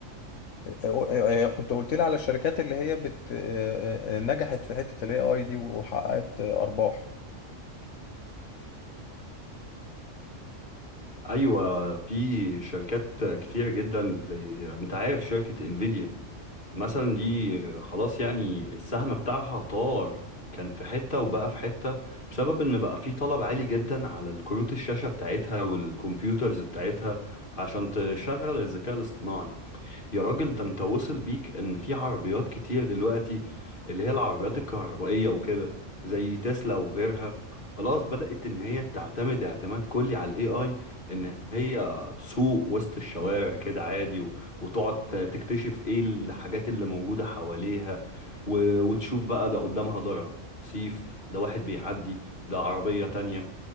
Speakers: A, on the left (about 70°); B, on the left (about 40°).
A: آه، آه، آه، كنت قلت لي على الشركات اللي هي بت آه، آه، آه، نجحت في حتة الاي اي دي وحققت آه، ارباح
B: ايوه في شركات كتيره جدا زي انت عارف شركه انفيديا مثلا دي خلاص يعني السهم بتاعها طار كان في حته وبقى في حته بسبب ان بقى في طلب عالي جدا على الكروت الشاشه بتاعتها والكمبيوترز بتاعتها عشان تشغل الذكاء الاصطناعي يا راجل ده انت وصل بيك ان في عربيات كتير دلوقتي اللي هي العربيات الكهربائية وكده زي تسلا وغيرها خلاص بدأت ان هي تعتمد اعتماد كلي على الاي اي ان هي تسوق وسط الشوارع كده عادي و- وتقعد ت- تكتشف ايه الحاجات اللي موجودة حواليها و- وتشوف بقى ده قدامها ده رصيف ده واحد بيعدي ده عربية تانية